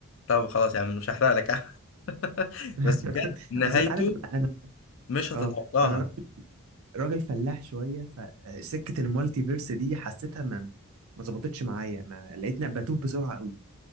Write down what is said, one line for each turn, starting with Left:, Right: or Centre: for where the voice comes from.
Left: طب خلاص يا عم مش هحرق لك <laughs>
Right: <laughs>
Left: بس بجد نهايته
Right: اصل انت عارف انا انا
Left: مش هتتوقعها
Right: اه انا را- راجل فلاح شويه فسكه المالتي فيرس دي حسيتها ما ما ظبطتش معايا ما لقيتني بتوه بسرعه قوي